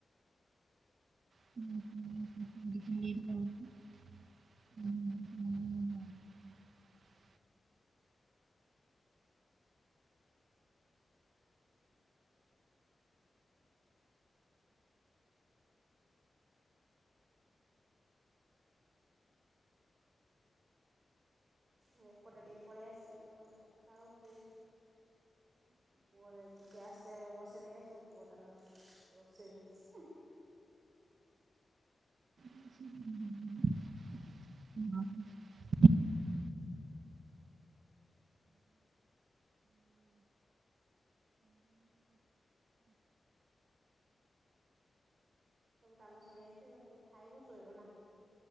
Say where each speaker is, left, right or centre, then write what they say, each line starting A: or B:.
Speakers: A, on the right; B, on the right.
A: ହୁଁ ହ <inaudible> ହୁଁ ହଁ <inaudible>
B: ମୁଁ ଏପଟେ ଟିକେ ପଳେଇ ଆସିଲି, କଣ କଥା ହଉଚି। ପୁଅ ଯାଇକି ଗ୍ୟାସ୍ ରେ ବସେଇ ଦେଇ ଆସିବ ପୁଅ ତାର ରୋଷେଇ କରୁଛି।
A: <inaudible>
B: ସବୁ କାମ ସରିଯାଇଛି, ଏବେ ଖାଲି ଖାଇବ ଶୋଇବ ନା।